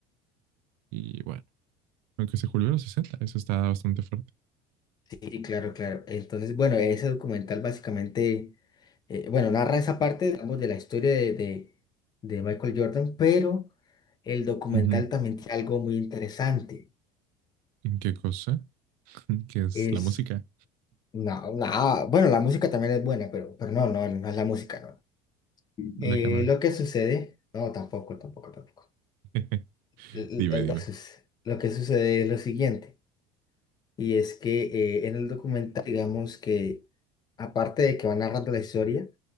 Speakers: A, on the right (about 65°); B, on the left (about 25°).
A: y bueno, aunque se jubilan a los 60, eso está bastante fuerte.
B: Sí, claro, claro. Entonces, bueno, ese documental básicamente, eh, bueno, narra esa parte, digamos, de la historia de, de- de Michael Jordan, pero el documental
A: Ujú.
B: también tiene algo muy interesante.
A: ¿En qué cosa? <laughs> ¿Qué es
B: Es,
A: la música?
B: no, no, bueno, la música también es buena, pero, pero no, no, no es la música, no.
A: la
B: Eh,
A: cámara.
B: lo que sucede, no, tampoco, tampoco, tampoco.
A: <laughs>
B: L-
A: Dime,
B: l-
A: dime.
B: Lo que suce- lo que sucede es lo siguiente, y es que eh, en el documental, digamos que, aparte de que va narrando la historia,